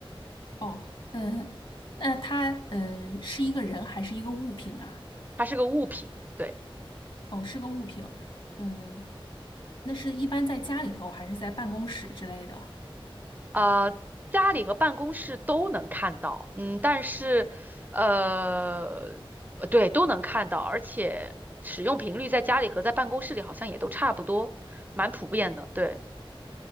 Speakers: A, on the left (about 60°); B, on the right (about 20°).
A: 哦，呃，那他呃是一个人还是一个物品啊？
B: 它是个物品，对。
A: 哦，是个物品，嗯，那是一般在家里头还是在办公室之类的？
B: 呃，家里和办公室都能看到，嗯，但是，呃，呃对，都能看到，而且使用频率在家里和在办公室里好像也都差不多，蛮普遍的，对，